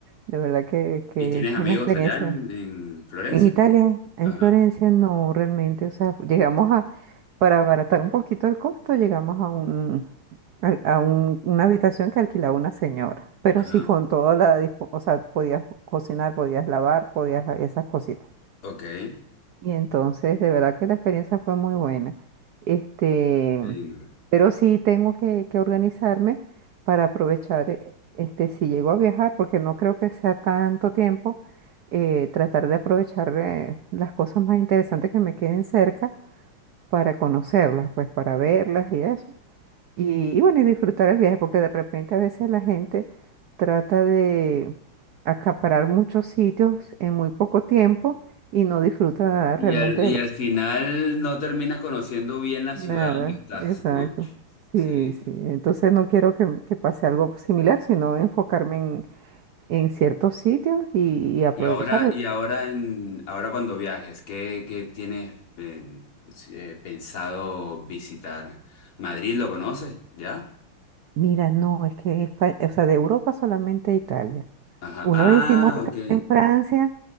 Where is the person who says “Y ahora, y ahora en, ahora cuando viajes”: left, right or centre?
Left